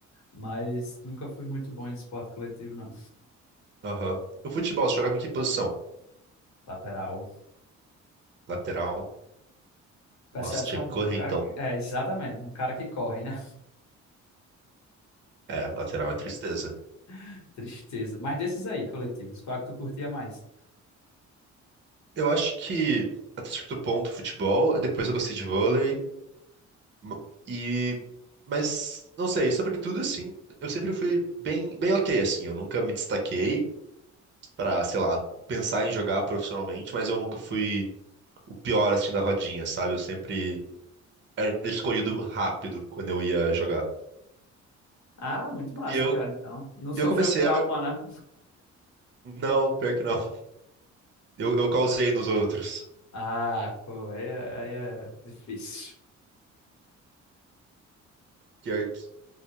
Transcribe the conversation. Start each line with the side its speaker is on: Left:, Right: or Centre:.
Left: mas nunca fui muito bom em esporte coletivo, não.
Right: Aham. O futebol, você jogava em que posição?
Left: Lateral.
Right: Lateral?
Left: Percebe-se
Right: Nossa, tinha
Left: que é
Right: que
Left: um,
Right: correr
Left: um cara
Right: então.
Left: que. É, exatamente, um cara que corre, né?
Right: É, lateral é tristeza.
Left: <laughs> Tristeza. Mas desses aí, coletivos, qual é que tu curtia mais?
Right: Eu acho que até certo ponto futebol, depois eu gostei de vôlei m- e mas não sei, sobretudo assim, eu sempre fui bem bem ok assim, eu nunca me destaquei pra, sei lá, pensar em jogar profissionalmente, mas eu nunca fui o pior assim da rodinha, sabe? Eu sempre era escolhido rápido quando eu ia jogar.
Left: Ah, muito massa,
Right: E eu
Left: cara, então. Não sofreu
Right: e eu comecei
Left: trauma,
Right: a
Left: né?
Right: não, pior que não. Eu, eu causei nos outros.
Left: Ah, pô, aí é, aí é difícil.
Right: Pior que